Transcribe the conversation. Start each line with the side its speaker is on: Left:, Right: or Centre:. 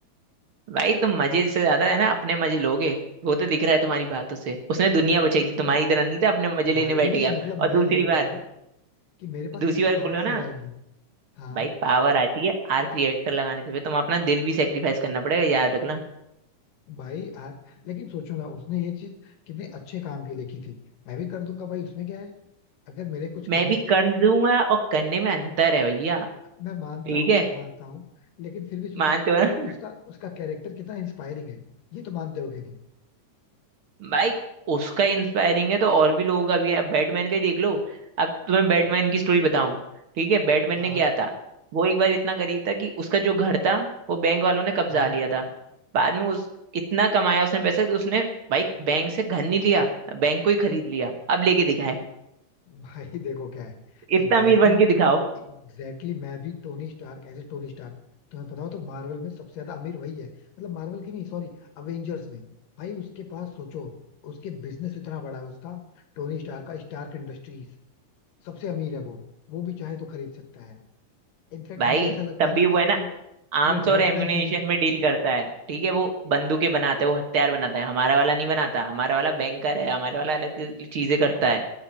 Right: भाई तुम मजे से ज्यादा है ना अपने मजे लोगे वो तो दिख रहा है तुम्हारी बातों से उसने
Left: नहीं
Right: दुनिया बचाई
Left: नहीं,
Right: थी तुम्हारी तरह नहीं था अपने मजे लेने
Left: भाई
Right: बैठ गया
Left: मतलब
Right: और
Left: मैं
Right: दूसरी
Left: ये बता
Right: बात
Left: रहा हूँ कि मेरे पास
Right: दूसरी
Left: कितनी
Right: बात
Left: पावर्स
Right: बोलो
Left: आ
Right: ना
Left: जाएंगी हाँ
Right: भाई पावर आती है आर्क रिएक्टर लगाने से फिर तुम अपना दिल भी सेक्रीफाइस करना पड़ेगा याद रखना
Left: भाई यार लेकिन सोचो ना उसने ये चीज कितने अच्छे काम के लिए की थी मैं भी कर दूंगा भाई इसमें क्या है अगर मेरे कुछ
Right: मैं
Left: करने
Right: भी
Left: से
Right: कर दूंगा और करने में अंतर है भैया
Left: मैं मानता
Right: ठीक
Left: हूँ
Right: है
Left: मैं मानता हूँ लेकिन फिर भी सोचो
Right: मानते
Left: मतलब
Right: हो ना
Left: उसका उसका कैरेक्टर कितना इंस्पायरिंग है ये तो मानते हो कि नहीं
Right: भाई उसका इंस्पायरिंग है तो और भी लोगों का भी है बैटमैन का ही देख लो अब तुम्हें बैटमैन की स्टोरी बताऊं ठीक है बैटमैन
Left: हाँ
Right: ने क्या था वो एक बार इतना गरीब था कि उसका जो घर था वो बैंक वालों ने कब्जा
Left: हाँ
Right: लिया था बाद में उस इतना कमाया उसने पैसे तो उसने भाई बैंक से घर नहीं लिया बैंक को ही खरीद लिया अब लेके दिखाए
Left: भाई देखो क्या है
Right: इतना
Left: एग्जैक्टली
Right: अमीर बन
Left: exactly,
Right: के दिखाओ
Left: एग्जैक्टली exactly मैं भी Tony Stark as a Tony Stark तुम्हें पता हो तो मार्वल में सबसे ज्यादा अमीर वही है मतलब मार्वल की नहीं सॉरी अवेंजर्स में भाई उसके पास सोचो उसके बिजनेस इतना बड़ा है उसका टोनी स्टार का स्टार्क इंडस्ट्रीज सबसे अमीर है वो वो भी चाहे तो खरीद सकता है इनफैक्ट
Right: भाई
Left: मुझे ऐसा लगता
Right: तब
Left: है ना
Right: भी वो है ना
Left: कि वो
Right: आर्म्स
Left: कि वो
Right: और
Left: बैटमैन
Right: एम्युनिशन
Left: से भी
Right: में डील करता है ठीक है वो बंदूकें बनाता है वो हथियार बनाता है हमारा वाला नहीं बनाता हमारा वाला बैंकर है हमारे वाला अलग चीजें करता है